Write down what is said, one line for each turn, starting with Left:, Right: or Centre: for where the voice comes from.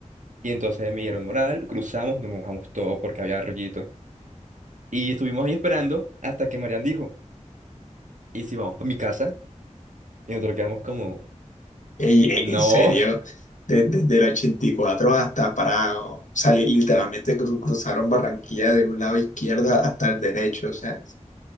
Right: Y entonces me dieron moral, cruzamos, nos mojamos todo porque había rollito. Y estuvimos ahí esperando hasta que Marian dijo, ¿y si vamos para mi casa? Y nosotros quedamos como,
Left: Ey, ey,
Right: no.
Left: en serio, de- desde, el 84 hasta Parado, salir literalmente cru- cruzaron Barranquilla de un lado izquierdo hasta el derecho, o sea,